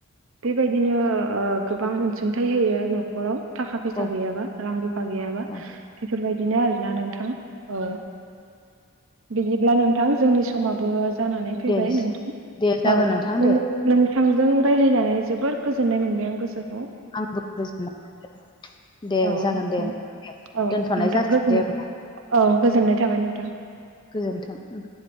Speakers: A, on the right; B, on the left.
A: बेबायदिनो ओ गोबां अनसुंथाइ होयो न'खराव थाखा फैसा
B: औ
A: गैयाबा रां रुफा गैयाबा
B: औ
A: बेफोरबाय बिदिनो आरोना नोंथां औ बिदिब्ला नोंथां जोंनि समाबो जानानै फैबाय
B: दे
A: नोंथां
B: दे जागोन
A: औ
B: नोंथां
A: नों
B: दे
A: नोंथांजों रायज्लायनानै जोबोर गोजोननाय मोनबाय आं गोसो
B: आंबो गोजोननाय मोनदों। दे
A: औ
B: जागोन
A: नोंथां
B: दे
A: औ
B: दोनथ'नाय
A: नोंथां
B: जासिगोन
A: गोजोन
B: दे होमबा
A: औ गोजोननाय थाबाय नोंथां।
B: गोजोनथों